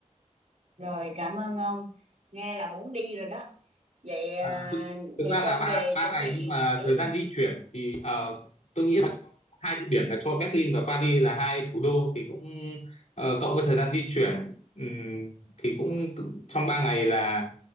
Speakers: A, on the right (about 65°); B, on the left (about 70°).
A: rồi cảm ơn ông. Nghe là muốn đi rồi đó. Vậy
B: À,
A: à,
B: thực
A: để
B: ra là
A: tôi
B: ba
A: về
B: ba
A: chuẩn
B: ngày
A: bị
B: nhưng mà
A: hành lý
B: thời gian
A: đã.
B: di chuyển thì ờ, tôi nghĩ hai địa điểm là cho Berlin và Paris là hai thủ đô thì cũng ờ, cộng với thời gian di chuyển ừm, thì cũng tự- trong 3 ngày là